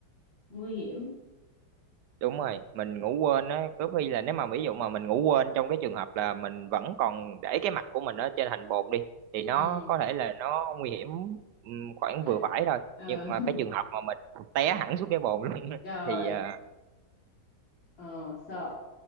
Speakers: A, on the left; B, on the right.
A: nguy hiểm
B: đúng rồi mình ngủ quên á có khi là nếu mà ví dụ mà mình ngủ quên trong cái trường hợp là mình vẫn còn để cái mặt của mình ở trên hành bồn đi thì nó
A: ừ
B: có thể là nó nguy hiểm ừm, khoảng
A: ít
B: vừa phải thôi
A: ờ
B: nhưng mà cái trường hợp
A: <laughs>
B: mà mình té hẳn xuống cái bồn luôn á,
A: trời
B: thì ờ,
A: ờ sợ